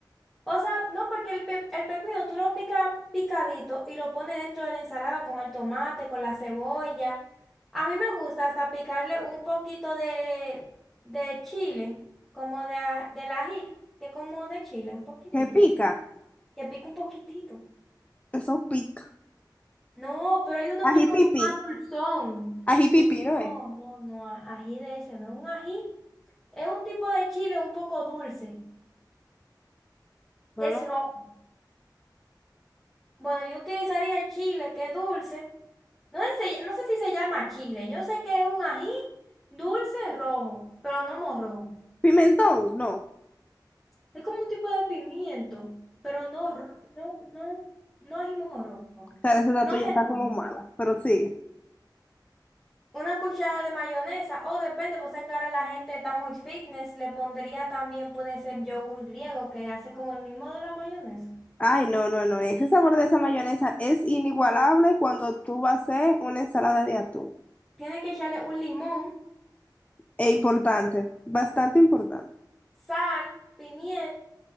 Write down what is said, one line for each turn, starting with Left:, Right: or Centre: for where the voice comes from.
Centre: O sea, no, porque el, pe el pepino tú lo picas picadito y lo pones dentro de la ensalada con el tomate, con la cebolla. A mí me gusta hasta picarle un poquito de, de chile, como de, a- del ají, que es como de chile, un poquitito.
Left: que pica.
Centre: Que pica un poquitito.
Left: Eso pica.
Centre: No, pero hay uno
Left: Ají
Centre: que es como
Left: pipí.
Centre: más dulzón.
Left: Ají
Centre: No,
Left: pipí, ¿no
Centre: no,
Left: es?
Centre: no, no, a- ají de ese, no es un ají. Es un tipo de chile un poco dulce,
Left: Pero
Centre: que es
Left: no.
Centre: rojo. Bueno, yo utilizaría el chile, que es dulce. No sé, si se- no sé si se llama chile. Yo sé que es un ají dulce rojo, pero no morrón.
Left: Pimentón, no. O
Centre: Es como un tipo de pimiento, pero no, r- no, no, no ají morrón.
Left: sea, esa
Centre: No
Left: tuya
Centre: sé
Left: está
Centre: el nombre.
Left: como mala, pero sigue.
Centre: Una cucharada de mayonesa, o depende, vos sabés que ahora la gente está muy fitness, le pondría también, puede ser yogur griego, que hace como el mismo de la mayonesa.
Left: Ay, no, no, no. Ese sabor de esa mayonesa es inigualable cuando tú vas a hacer una ensalada de atún.
Centre: Tiene que echarle un limón,
Left: Es importante, bastante importante.
Centre: sal, pimienta,